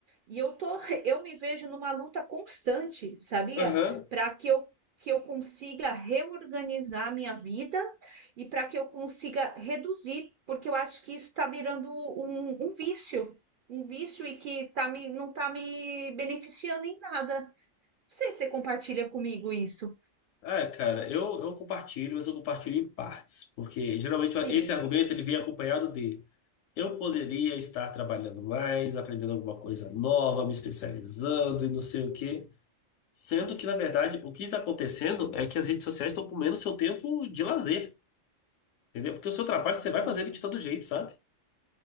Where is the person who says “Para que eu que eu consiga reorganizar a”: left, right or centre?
Right